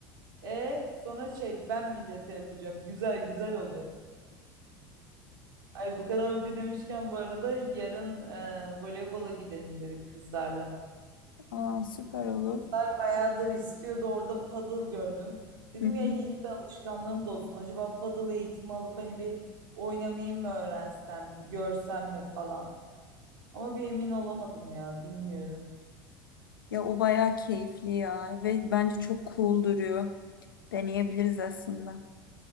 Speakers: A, on the right (about 75°); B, on the left (about 85°).
A: E sonra şey ben millete yapacağım. Güzel güzel hobi. Ay bu kadar hobi demişken bu arada yarın e, voleybola gidelim dedik kızlarla.
B: Aa süper olur.
A: Kızlar bayağıdır istiyordu orada paddle gördüm. Dedim
B: Hı hı.
A: ya yeni bir alışkanlığım da olsun. Acaba paddle eğitimi alıp hani bir oynamayı mı öğrensem, bir görsem mi falan. Ama bir emin olamadım ya bilmiyorum.
B: Ya o bayağı keyifli ya ve bence çok cool duruyor. Deneyebiliriz aslında.